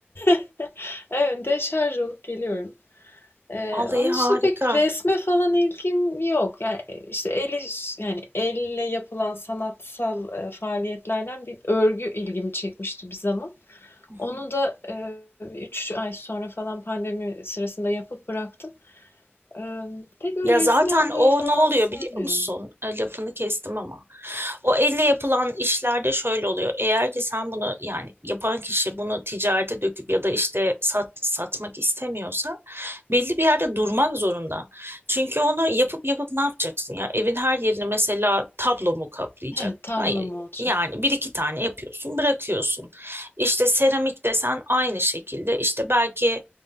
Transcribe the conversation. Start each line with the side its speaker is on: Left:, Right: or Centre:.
Left: <laughs> evet, deşarj olup geliyorum. Eee,
Right: Vallahi
Left: onun
Right: harika.
Left: dışında pek resme falan ilgim yok. Yani e, işte el iş- yani elle yapılan sanatsal e, faaliyetlerden bir örgü ilgimi çekmişti bir zaman.
Right: Hı
Left: Onu
Right: hı.
Left: da, 3 ay sonra falan pandemi sırasında yapıp bıraktım. Emm, pek öyle
Right: Ya zaten
Left: resim yapmayı
Right: o
Left: falan
Right: ne oluyor
Left: sevmiyorum.
Right: biliyor musun? E, Lafını kestim ama. O elle yapılan işlerde şöyle oluyor. Eğer ki sen bunu yani yapan kişi bunu ticarete döküp ya da işte sat, satmak istemiyorsa belli bir yerde durmak zorunda. Çünkü onu yapıp yapıp ne yapacaksın ya? Evin her yerini mesela tablo mu kaplayacak?
Left: He, tablo
Right: Hayır.
Left: mu olacak.
Right: Yani bir iki tane yapıyorsun, bırakıyorsun. İşte seramik desen aynı şekilde. İşte belki